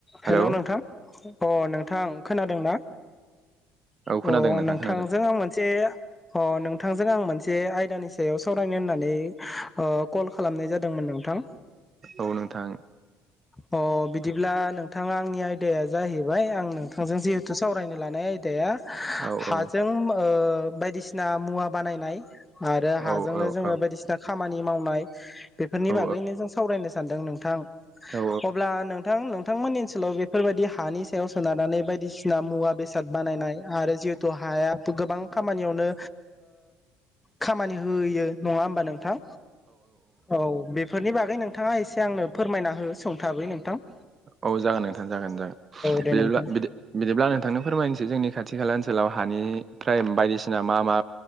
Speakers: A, on the right; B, on the left.
A: Hello
B: hello नोंथां अ नोंथां खोनादों ना?
A: औ
B: अ
A: खोनादों नोंथां
B: नोंथांजों
A: खोनादों
B: मोनसे अ नोंथांजों आं मोनसे आयदानि सायाव सावरायनो होननानै कल खालामनाय जादोंमोन नोंथां।
A: औ नोंथां।
B: औ। अ बिदिब्ला नोंथाङा आंनि आयदाया जाहैबाय आं नोंथांजों जिहेथु सावरायनो लानाय आयदाया
A: औ
B: हाजों
A: औ
B: बायदिसिना मुवा बानायनाय आरो
A: औ
B: हाजोंनो
A: औ
B: जोङो
A: औ
B: बायदिसिना खामानि मावनाय बेफोरनि
A: औ
B: बागैनो जों सावरायनो सानदों नोंथां
A: औ
B: अब्ला नोंथां नोंथांमोननि ओनसोलाव बे बेफोरबायदि हानि सायाव सोनारनानै बायदिसिना मुवा बेसाद बानायनाय आरो जिहेथु हाया गोबां खामानियावनो खामानि होयो नङा होमबा नोंथां औ बे बेफोरनि बागै नोंथाङा एसे आंनो फोरमायना हो सोंथारै नोंथां ।
A: औ जागोन नोंथां जागोन जागोन
B: दे
A: बिदिब्ला
B: नोंथां
A: बिदि बिदिब्ला आं नोंथांनो फोरमायनोसै जोंनि खाथि खाला ओनसोलाव हानिफ्राय बायदिसिना मा मा